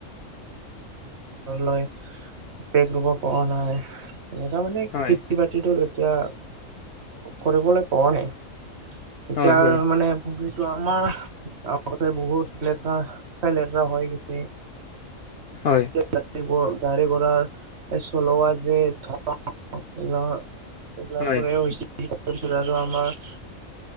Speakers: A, on the right (about 55°); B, on the left (about 65°).
A: ঘ লেক ৰুব পৰা নাই তেনেুৱা মানে
B: হয়,
A: খেতি বাতিতো এতিয়া কৰিবলৈ পোৱা নাই এতিাৰ
B: হয়, হয়,
A: মানে ভ ত আমাৰ গৱৰাই বহুত লেতেৰা চাই লেতেৰা হৈ গৈছে
B: হয়,
A: গাড়ী গাড়ী ঘো়াৰ চলোৱা যে <unintelligible> <unintelligible>
B: হয়,